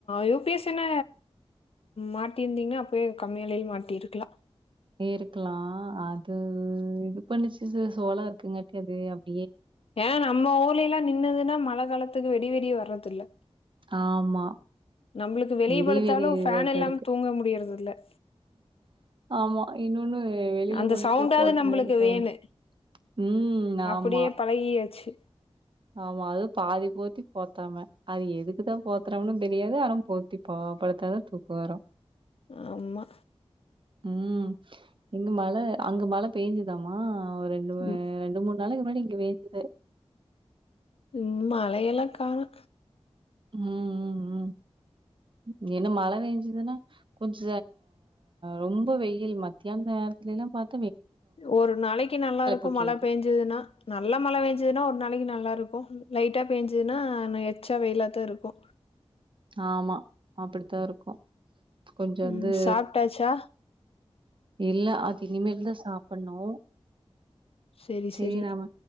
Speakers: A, on the left; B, on the right.
A: யு பி எஸ் ஸின்ன மாட்டிருந்தீங்னா அப்பயே கம்மி வெலேல் மாட்டி இருக்கலா
B: இருக்லா அது இது பண்ணிச்சு இது சோளா இருக்குங்கட்டி அது அப்
A: ஏனா நம்ம ஊர்ல எல்லா நின்னுதுன்னா மழ காலத்துக்கு வெட் டி வி டியே வரதில்ல
B: ஆமா
A: நம்மளுக்கு வெளிய
B: விடி
A: படுத்தாலு
B: வெடி
A: ஃபேன்
B: இதா தான்
A: இல்லா
B: இருக்கு.
A: தூங்க முடியறது இல்ல
B: ஆமா இன்னொன்னு வெளியில
A: அந்த
B: கொண்டு
A: சவுண்டாவது
B: போய் போட்ட
A: நம்மளுக்கு
B: மாரி சவுண்டு.
A: வேணு
B: ம்.
A: அப்புடியே
B: ஆமா,
A: பழகியாச்சு
B: ஆமா அது பாதி போத்தி போத்தாம அது எதுக்குதா போத்துறோம்ன்னு தெரியாது ஆனா போத்தி பா பாடுத்தாதா தூக்கோ வரு
A: ஆமா
B: ம் இங்க மழ அங்க மழ பேஞ்சுதாம்மா ஆ ரெண்டுமே
A: ம்
B: ரெண்டு மூணு நாளுக்கு முன்னாடி இங்க பேஞ்து
A: ம் மழையெல்லா காணோ
B: ம் ம் ம் என்ன மழ பேஞ்சுதுன்னா கொஞ்ச ரொம்ப வெயில் மத்தியான நேரத்துல எல்லாம் பாத்
A: ஒரு நாளைக்கு நல்லா இருக்கு
B: விட்டுருது
A: மழ பேஞ்சுதுன்னா நல்லா மழ பேஞ்சுதுன்னா ஒரு நாளைக்கு நல்லா இருக்கு லைட்டா பேஞ்சுதுன்னா நேத் எச்சா வெயிலாத்தா இருக்கு
B: ஆமா அப்புடித்தா இருக்கு கொஞ்சோ வந்து
A: ம் சாப்ட்டாச்சா
B: இல்ல அது இனிமேல்தா சாப்பன்னு
A: செரி
B: சேரி
A: செரி
B: நாம